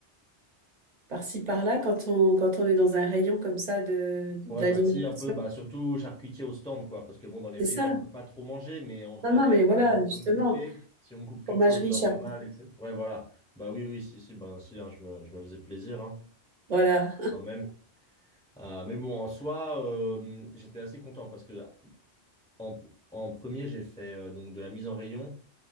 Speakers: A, on the right; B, in the centre.
A: Par-ci, par-là, quand on, quand on est dans un rayon comme ça de, d'alimentation.
B: Ouais, bah si, un peu, bah surtout charcutier au stand, quoi, parce que bon, dans les
A: C'est
B: rayons,
A: ça.
B: on peut pas trop manger, mais en vrai,
A: Non, non, mais voilà,
B: quand on est en train
A: justement,
B: de couper, si on coupe
A: fromagerie,
B: quelque chose d'un
A: charcuterie.
B: peu mal, etc. Ouais, voilà. Bah oui, oui, si, si, ben si, hein, je me, je me faisais plaisir, hein,
A: Voilà.
B: quand même. Euh, mais bon, en soi, euh, j'étais assez content parce que en, en premier, j'ai fait euh, donc de la mise en rayon.